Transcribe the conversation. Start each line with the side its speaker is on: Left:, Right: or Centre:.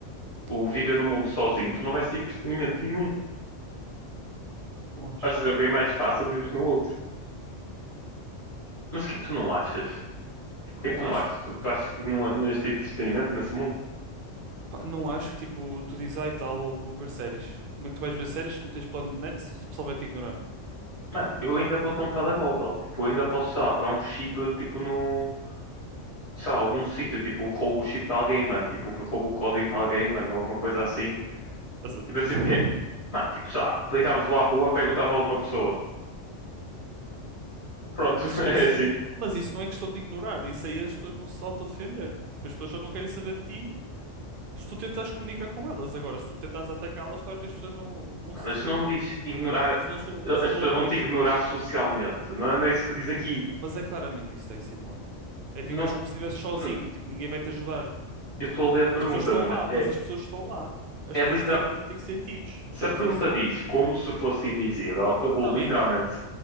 Left: O
Right: Não
Left: viver
Right: acho.
Left: num mundo sozinho, tu não vais ter entretenimento nenhum.
Right: Não acho.
Left: Acho que era bem mais fácil viver no outro. Mas o que tu não achas? Tipo, o que
Right: Não
Left: é que tu não
Right: acho.
Left: achas? Tu, tu achas que não, não existe entretenimento nesse mundo?
Right: Pá, não acho que, tipo, tu dizes, ai tal, vou, vou ver séries. Como é que tu vais ver séries se não tens plano de net se o pessoal vai te ignorar?
Left: Mano, eu ainda vou ter um telemóvel. Tipo, eu ainda posso, sei lá, pegar um chip, tipo, no... Sei lá, algum sítio. Tipo, roubo o chip de alguém, mano. Tipo, roubo o código de alguém, mano. Alguma coisa assim.
Right: Estás a
Left: Tipo,
Right: dizer?
Left: eu sinto que é...
Right: <laughs>
Left: Mano, tipo, sei lá, literalmente vou à rua, pego o telemóvel de uma pessoa. Pronto,
Right: Mas,
Left: <laughs> é
Right: mas,
Left: assim.
Right: i- mas isso não é questão de ignorar, isso aí as pessoas vão se autodefender. Tipo, as pessoas só não querem saber de ti Se tu tentas comunicar com elas, agora, se tu tentas atacá-las, claro que as pessoas vão, vão
Left: Mano,
Right: se
Left: mas
Right: defender.
Left: não me diz ignorar...
Right: As pessoas não são, não são
Left: As
Right: robôs.
Left: pessoas vão te ignorar socialmente. Não é não é isso que diz aqui.
Right: Mas é claramente isso que está insinuado. É
Left: Não...
Right: viveres como se estivesse sozinho,
Left: não
Right: tipo, ninguém vai te ajudar.
Left: eu estou a ler a pergunta,
Right: As pessoas estão
Left: Nuno.
Right: lá,
Left: É,
Right: mas as pessoas estão lá. As
Left: é
Right: pessoas
Left: literal-
Right: têm, têm sentidos,
Left: Se
Right: percebes
Left: a pergunta
Right: isso?
Left: diz como se fosse invisível, eu vou
Right: Está
Left: literalmente
Right: bem,